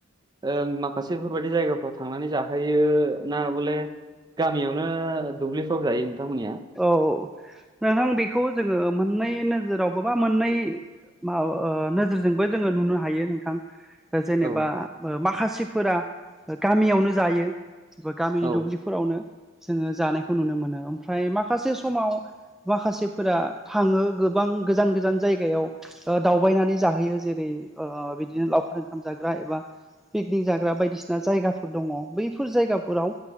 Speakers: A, on the right (about 20°); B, in the centre.
A: ओ माखासे बेफोरबायदि जायगाफ्राव थांनानै जाखोयो ना बले गामियावनो दुब्लिफ्राव जायो नोंथांमोननिया।
B: औ नोंथां बेखौ जोङो मोननै नोजोराव बा मोननै मा ओ नोजोरजोंबो जोङो नुनो हायो नोंथां। जेनेबा
A: औ
B: माखासेफोरा गामियावनो जायो गामिनि
A: औ
B: दुब्लि फोरावनो जोङो जानायखौ नुनो मोनो ओमफ्राय माखासे समाव माखासेफोरा थाङो गोबां गोजान-गोजान जायगायाव ओ दावबायनानै जाहोयो जेरै ओ बिदिनो लावखार ओंखाम जाग्रा एबा पिकनिक जाग्रा बायदिसिना जायगाफोर दङ बैफोर जायगाफोराव